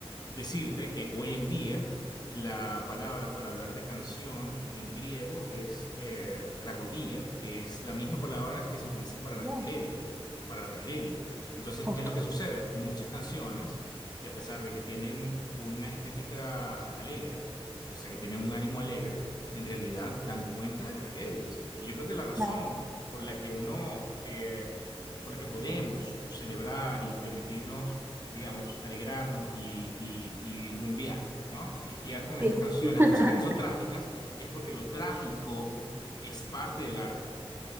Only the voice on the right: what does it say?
Oh,
oh,
claro.
Sí.
<laughs>